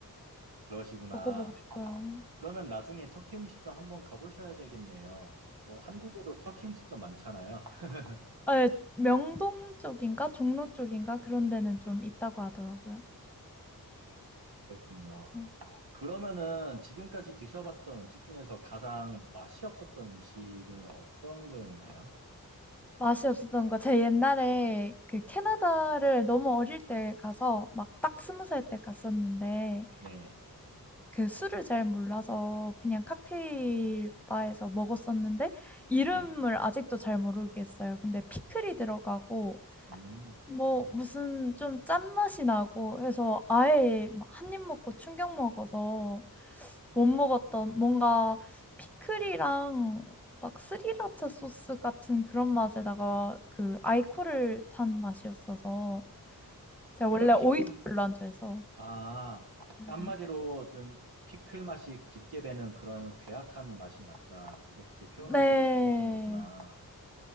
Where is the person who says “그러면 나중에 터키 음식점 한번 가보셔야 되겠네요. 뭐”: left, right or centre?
Right